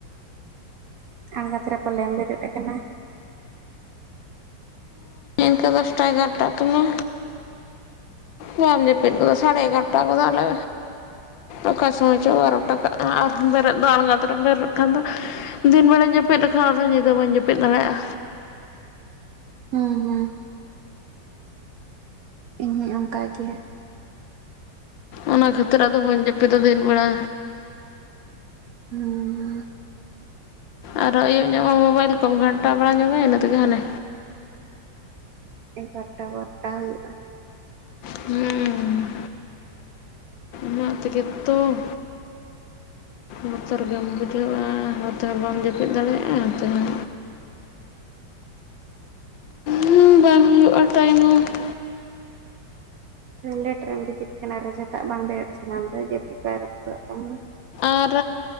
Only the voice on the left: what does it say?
<unintelligible> ᱫᱚᱥᱴᱟ ᱮᱜᱟᱨᱚᱴᱟ ᱛᱮ ᱢᱟ ᱵᱟᱢ ᱡᱟᱹᱛᱤᱫ ᱜᱚᱫᱟ ᱡᱟᱹᱯᱤᱫ ᱠᱚ ᱫᱚ ᱥᱟᱲᱮ ᱮᱜᱟᱨᱚᱴᱟ ᱜᱚᱫᱟᱞᱮ ᱚᱠᱟ ᱥᱚᱢᱚᱭ ᱪᱚᱝ ᱵᱟᱨᱳᱴᱟ ᱠᱟᱜᱼᱟ ᱟᱨᱦᱚᱸ ᱵᱮᱨᱮᱫ ᱫᱚ ᱟᱬᱜᱟᱛᱚᱨᱟᱢ ᱵᱮᱨᱮᱫ ᱠᱷᱟᱱ ᱫᱚ ᱫᱤᱱ ᱵᱮᱲᱟ ᱡᱟᱹᱯᱤᱫ ᱞᱮᱠᱷᱟᱱ ᱟᱨᱦᱚᱸ ᱧᱤᱫᱟᱹ ᱵᱟᱹᱧ ᱡᱟᱹᱯᱤᱫ ᱫᱟᱲᱮᱭᱟᱜᱼᱟ᱾
ᱚᱱᱟ ᱠᱷᱟᱹᱛᱤᱨ ᱟᱫᱚ ᱵᱟᱹᱧ ᱡᱟᱹᱯᱤᱫᱟ, ᱫᱤᱱ ᱵᱮᱲᱟ
ᱟᱨᱚ ᱟᱹᱭᱩᱵ ᱧᱚᱜ ᱢᱟ ᱢᱳᱵᱟᱭᱤᱞ ᱠᱚᱢ ᱜᱷᱟᱱᱴᱟ ᱵᱟᱲᱟᱭ ᱧᱚᱜ ᱢᱮ ᱤᱱᱟᱹ ᱛᱮᱜᱮ ᱦᱟᱱᱮ
ᱦᱮᱸ ᱚᱱᱟ ᱛᱮᱜᱮ ᱛᱚ ᱵᱚᱛᱚᱨ ᱜᱮᱢ ᱵᱩᱡᱷᱟᱹᱣᱼᱟ, ᱚᱱᱟᱛᱮ ᱦᱚᱸ ᱵᱟᱢ ᱡᱟᱹᱯᱤᱫ ᱫᱟᱲᱮᱭᱟᱜᱼᱟ ᱚᱱᱟᱛᱮᱦᱚᱸ ᱦᱩᱸ ᱵᱟᱝ ᱦᱩᱭᱩᱜᱼᱟ ᱴᱟᱭᱤᱢ ᱦᱚᱸ ᱾
ᱟᱨ